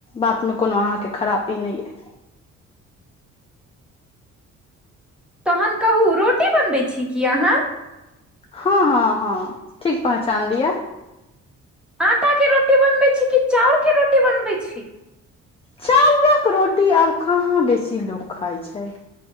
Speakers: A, on the left; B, in the centre.
A: बात मे कोनो अहाँके खरापी नहि यै।
B: तहन कहू रोटी बनबैत छी की अहाँ?
A: हँ हँ हँ ठीक पहचान लियअ।
B: आटा के रोटी बनबै छी कि चाउर के रोटी बनबै छी?
A: चाउरक रोटी आब कहाँ बेसी लोक खाइ छै।